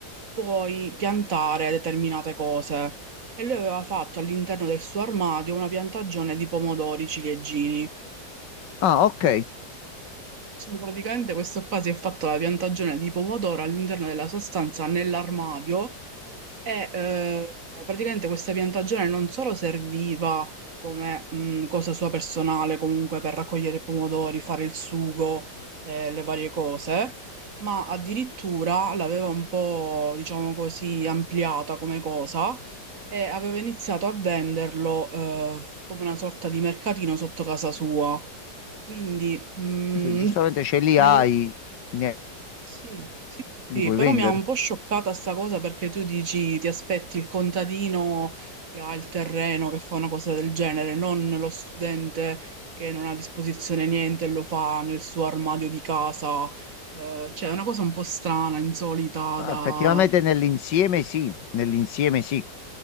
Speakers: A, on the right; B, on the left.
A: puoi piantare determinate cose. E lui aveva fatto all'interno del suo armadio una piantagione di pomodori ciliegini.
B: Ah, ok,
A: Cioè, praticamente questo qua si è fatto la piantagione di pomodoro all'interno della sua stanza nell'armadio e eh, praticamente questa piantagione non solo serviva come mh, cosa sua personale, comunque per raccogliere i pomodori, fare il sugo, eh, le varie cose, ma addirittura l'aveva un po', diciamo così, ampliata come cosa e aveva iniziato a venderlo eh, come una sorta di mercatino sotto casa sua. Quindi, mm,
B: Ah, se giustamente
A: <laughs>
B: ce li
A: Nella-
B: hai, ne-
A: Sì, sì, sì, sì,
B: li puoi
A: però
B: vendere.
A: mi ha un po' scioccata sta cosa perché tu dici ti aspetti il contadino che ha il terreno, che fa una cosa del genere, non lo studente che non ha a disposizione niente e lo fa nel suo armadio di casa. Eh, cioè, è una cosa un po' strana, insolita
B: Ah,
A: da...
B: effettivamente nell'insieme sì, nell'insieme sì.